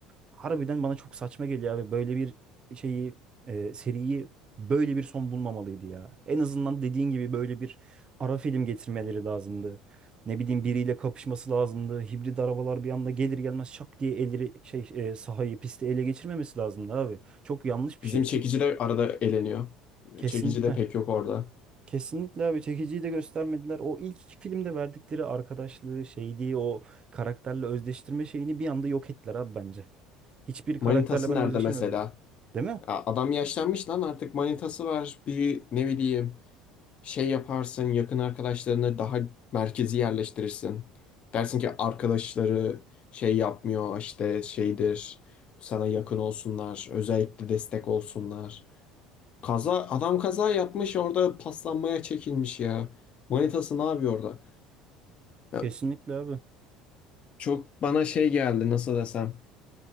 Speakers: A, on the right; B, on the left.
A: harbiden bana çok saçma geliyor abi. Böyle bir şeyi e, seriyi böyle bir son bulmamalıydı ya. En azından dediğin gibi böyle bir ara film getirmeleri lazımdı. Ne bileyim biriyle kapışması lazımdı. Hibrit arabalar bir anda gelir gelmez şak diye elleri şey e, sahayı pisti ele geçirmemesi lazımdı abi. Çok yanlış bir
B: Bizim
A: şey
B: çekici
A: ki
B: de arada eleniyor.
A: kesinlikle.
B: Çekici de pek yok orada.
A: Kesinlikle abi çekiciyi de göstermediler. O ilk iki filmde verdikleri arkadaşlığı şeydi o karakterle özdeştirme şeyini bir anda yok ettiler abi bence. Hiçbir karakterle
B: Manitası
A: ben
B: nerede
A: özdeşemedim.
B: mesela?
A: Değil mi?
B: Ya Adam yaşlanmış lan artık manitası var. Bir ne bileyim şey yaparsın yakın arkadaşlarını daha merkezi yerleştirirsin. Dersin ki arkadaşları şey yapmıyor işte şeydir sana yakın olsunlar özellikle destek olsunlar. Kaza adam kaza yapmış orada paslanmaya çekilmiş ya. Manitası ne yapıyor orada? Ya
A: Kesinlikle abi.
B: çok bana şey geldi nasıl desem